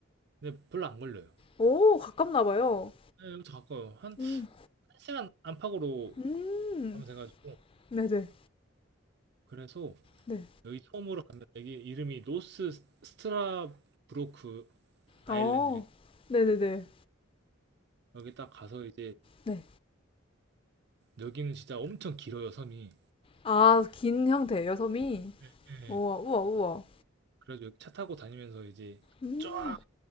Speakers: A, on the right; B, on the left.
A: 근데 별로 안 걸려요.
B: 오, 가깝나 봐요.
A: 네, 여기서 가까워요. 한,
B: 음,
A: 한 시간 안팎으로
B: 음.
A: 가면 돼가지고.
B: 네네.
A: 그래서
B: 네.
A: 여기 섬으로 가면 여기 이름이 노스 스트라브로크 아일랜드
B: 어, 네네네.
A: 여기 딱 가서 이제
B: 네.
A: 여기는 진짜 엄청 길어요 섬이
B: 아, 긴 형태예요, 섬이?
A: 네.
B: 우와, 우와, 우와.
A: 그래서 여기 차 타고 다니면서 이제
B: 음,
A: 쫙